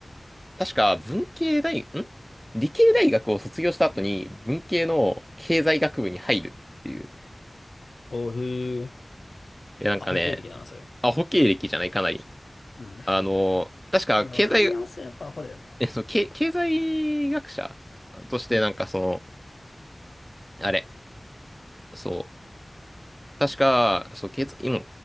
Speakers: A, in the centre; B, on the left (about 85°).
A: 確か文系大、ん理系大学を卒業した後に文系の経済学部に入るっていう。
B: おーへー。
A: いや、なんかね、
B: アホ経歴だな、それ。
A: アホ経歴じゃないかなり。
B: うん。
A: あの、確か経済、
B: でも入り直すはやっぱアホだよな。
A: <laughs> え、その、経、経済学者としてなんかその、
B: うん。
A: あれ、そう、確か、そう、経済、今、